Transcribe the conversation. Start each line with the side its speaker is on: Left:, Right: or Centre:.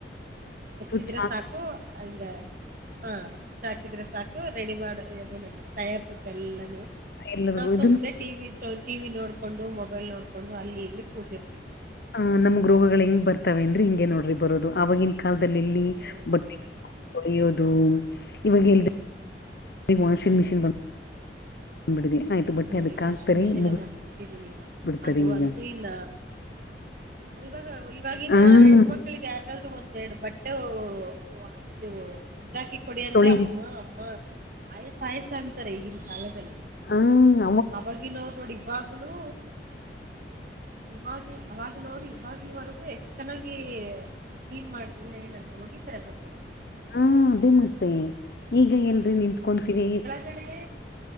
Left: ಸ್ವಿಚ್
Right: ಇದ್ರೆ
Left: ಹಾಕ
Right: ಸಾಕು ಹಿಂಗ ಹ ಸುಚ್ ಹಾಕಿದ್ರೆ ಸಾಕು ರೆಡಿ ಮಾಡಿಏನಂತರ ತಯಾರಿಸುತ್ತೆ ಎಲ್ಲಾನೂ
Left: ಎಲ್ಲರಿಗೂ
Right: ನಾವು ಸುಮ್ನೆ
Left: ಇದು
Right: ಟಿ ಟಿ ವಿ ನೋಡಕೊಂಡು ಮೊಬೈಲ್ ನೋಡಕೊಂಡು ಅಲ್ಲಿ ಇಲ್ಲಿ ಕೂತಿರ್ತೀನಿ
Left: ಆ ನಮಗ್ ರೋಗಗಳು ಹೆಂಗ್ ಬರ್ತವೆ ಅಂದ್ರೆ ಹಿಂಗಗೆ ನೋಡ್ರಿ ಬರೋದು ಆವಾಗಿನ ಕಾಲದಲ್ಲಿ ಇಲ್ಲಿ
Right: ಹೌದು
Left: ಬಟ್ಟೆ
Right: ನೋಡ್ರಿ
Left: ಹೊಳಿಯೋದು ಇವಾಗ ಎಲ್ ಈಗ ವಾಷಿಂಗ್ ಮಿಷನ್ ಬ್ ಬಂದ್ಬಿಟ್ಟಿದೆ
Right: ಹೌದು ನೋಡಿ
Left: ಅದಕ್
Right: ವಾಷಿಂಗ್
Left: ಹಾಕ್ತಾರೆ
Right: ಮಿಷೀನ್ಲ್ಲಿ
Left: ಮುಗಿಸ್
Right: ಮತ್ತಬಿಟ್ಟಿದೀನಿ
Left: ಬಿಡ್ತಾರೆ
Right: ಅದು
Left: ಈಗ
Right: ಅಂತೂ ಇಲ್ಲ ಇವಾಗ ಇವಾಗಿವಾಗಿನ
Left: ಹ
Right: ಹೆಣ್ಮಕ್ಳಿಗೆ ಯಾರಿಗಾದ್ರು ಒಂದೆರಡು ಬಟ್ಟೆ ಒ ಹೊ ವು ಒಗ್ಗ್ದಾಕಿ ಕೊಡಿ ಅಂದ್ರೆ
Left: ತೊಳಿರಿ
Right: ಅಮ್ಮ ಅಮ್ಮ ಆಯಸ ಆಯಸ ಅಂತಾರೆ ಈಗಿನ ಕಾಲದಲ್ಲಿ
Left: ಹ್ಮ್
Right: ಅವವಾಗಿನ ಅವರು ನೋಡಿ ಇವಾಗ್ಲುೂನು ಇವಾಗ್ ಆವಾಗಿನವರು ಇವಾಗಿಲವರೆಗೂ ಎಷ್ಟು ಚೆನ್ನಾಗಿ ಕ್ಲೀನ್ ಮಾಡ ಇಲ್ಲ ಏನಂತ್ರ ಹೋಗಿತಾರೆ ಬಟ್ಟೆ
Left: ಹಾ ಅದೇ ಮತ್ತೆ ಈಗ ಎಲ್ರಿ ನಿತ್ಕೊಂತೀರಿ
Right: ಕಡೆ